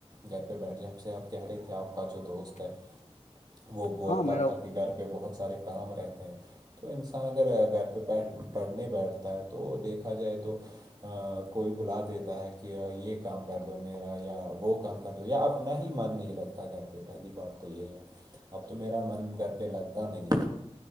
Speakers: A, on the right; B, on the left.
A: گھر پہ بیٹھ جائ آ سے آپ کہہ رہے تھے آپ کا جو دوست ہے
B: <inaudible>
A: وہ بولتا
B: ہاں میرا
A: تھا کہ گھر پہ بہت سارے کام رہتے ہیں تو انسان اگر گھر پہ بیٹھ پڑھنے بیٹھتا ہے تو دیکھا جائے تو کوئی بلا دیتا ہے کہ یہ کام کر دو میرا یا وہ کام کر کر دو یا اپنا ہی من نہیں لگتا گھر پہ پہلی بات تو یہ ہے اب تو میرا من گھر پہ لگتا نہیں ہے